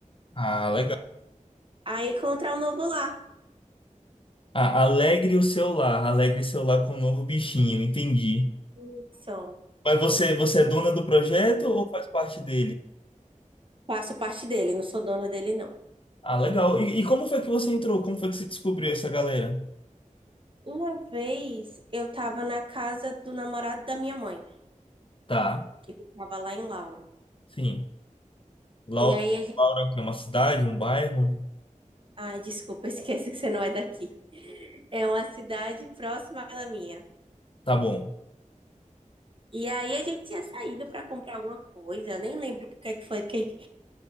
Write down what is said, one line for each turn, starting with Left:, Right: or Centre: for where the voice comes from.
Left: Ah, legal.
Right: a encontrar um novo lar.
Left: Ah, Alegre o Celular, Alegre Celular com o novo bichinho, entendi.
Right: Então,
Left: Mas você, você é dona do projeto ou faz parte dele?
Right: faço parte dele, não sou dona dele, não.
Left: Ah, legal. E, e como foi que você entrou? Como foi que você descobriu essa galera?
Right: Uma vez eu estava na casa do namorado da minha mãe.
Left: Tá,
Right: que ficava lá em Lauro.
Left: sim. Laura,
Right: E aí a gente.
Left: Laura, que é uma cidade, um bairro?
Right: Ai, desculpa, <laughs> eu esqueci que você não é daqui. É uma cidade próxima da minha.
Left: Tá bom.
Right: E aí a gente tinha saído para comprar alguma coisa, nem lembro porque é que foi que a gente